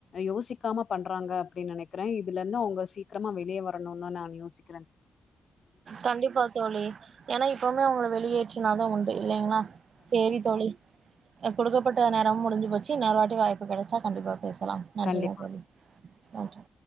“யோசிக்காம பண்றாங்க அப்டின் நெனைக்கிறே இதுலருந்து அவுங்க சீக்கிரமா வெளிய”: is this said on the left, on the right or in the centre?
Left